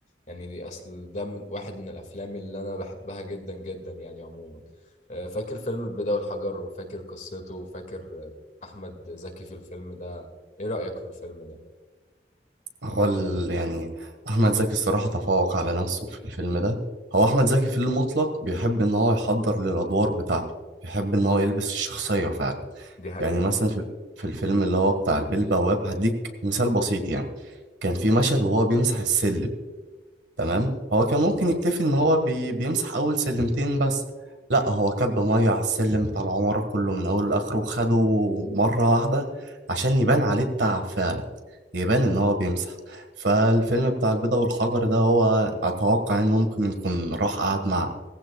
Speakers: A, on the left; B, on the right.
A: يعني دي اصل ده من واحد من الافلام اللي انا بحبها جدا جدا يعني عموما آه، فاكر فيلم البيضة والحجر وفاكر قصته وفاكر آه، احمد زكي في الفيلم ده ايه رايك في الفيلم ده
B: هو ال... يعني أحمد زكي الصراحة تفوق على نفسه في الفيلم ده هو أحمد زكي في المطلق بيحب إن هو يحضر للأدوار بتاعته بيحب إن هو يلبس الشخصية فعلا
A: دي حقيقة
B: يعني مثلا في في الفيلم اللي هو بتاع البيه البواب هديك مثال بسيط يعني كان في مشهد وهو بيمسح السلم تمام هو كان ممكن يكتفي ان هو بي... بيمسح اول سلمتين بس لا هو كب ميه على السلم بتاع العمارة كله من اوله لاخره وخده مرة واحدة عشان يبان عليه التعب فعلا يبان ان هو بيمسح فالفيلم بتاع البيضة والحجر ده هو اتوقع ان هو ممكن يكون راح قعد مع